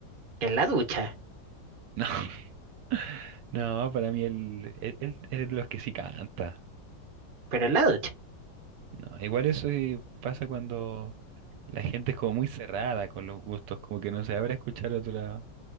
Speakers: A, on the right (about 50°); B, on the right (about 75°).
A: En la ducha,
B: No, <laughs> no, para mí él, él, él- es de los que sí canta.
A: pero en la ducha.
B: No, igual eso eh, pasa cuando la gente es como muy cerrada con los gustos, como que no se abre a escuchar otra,